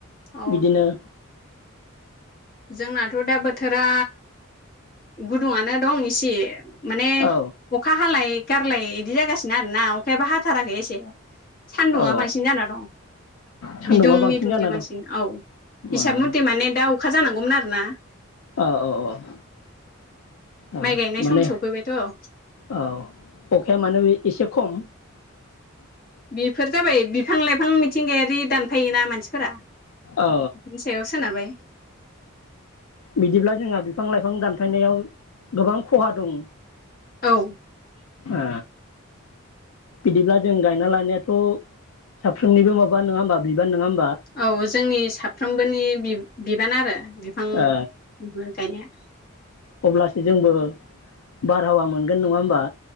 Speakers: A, on the left; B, on the left.
A: औ
B: बिदिनो
A: जोंनाथ' दा बोथोरा गुदुङानो दं इसे। माने
B: औ
A: अखा हालाय गारलाय इदि जागासिनो आरोना अखायाबो हाथाराखै एसे। सानदुंङा
B: औ
A: बांसिन जाना दं।
B: सान्दुंङा
A: बिदुंनि
B: बांसिन
A: दुंथाया
B: जाना
A: बांसिन
B: दं
A: औ हिसाब
B: औ
A: मुथे माने दा अ जानांगौमोन आरो ना?
B: आ अ' अ' <unintelligible> अ'
A: माइ गायनाय
B: माने
A: सम सफैबायथ'
B: औ अखाया मानोे बे एसे खम।
A: बेफोर जाबाय बि फां लाइफां मिथिंगायारि दानफायोना मानसि फोरा बिनि
B: औ
A: सायाव सोनारबाय।
B: बिदिब्ला जोंहा बिफां लाइफां दानफायनायाव गोबां खहा दं।
A: औ
B: आ बिदिब्ला जों गायना लानायाथ' साफ्रोमनिबो माबा नङा होमबा बिबान नङा होम
A: औ जोंनि साफ्रोमबोनि बि-बि बान आरो। बिफां
B: ओ
A: गायनाया
B: अब्लासो जोंबो बारहावा मोनगोन नङा होमबा?